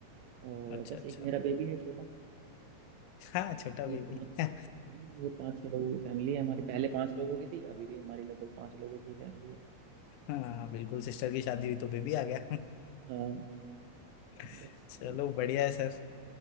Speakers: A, on the right; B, on the left.
A: और
B: अच्छा
A: बस
B: अच्छा
A: एक मेरा बेबी है छोटा
B: हाँ छोटा बेबी
A: ये पाँच
B: <laughs>
A: ये पाँच छह लोगों की फैमिली है हमारी पहले पाँच लोगों की थी अभी भी हमारी लगभग पाँच लोगों की फैमिली है
B: हाँ बिल्कुल सिस्टर की शादी हुई तो बेबी आ गया
A: हाँ
B: <laughs>
A: बस
B: चलो
A: ये है
B: बढ़िया है सर